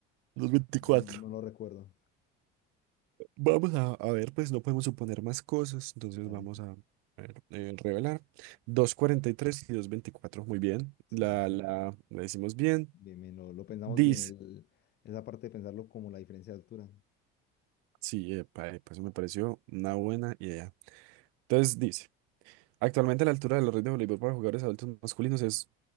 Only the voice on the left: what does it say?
No, no lo recuerdo.
Vale.
Sí,
sí, sí.
Bien, bien, lo, lo pensamos
bien. el- esa parte de pensarlo como la diferencia de altura.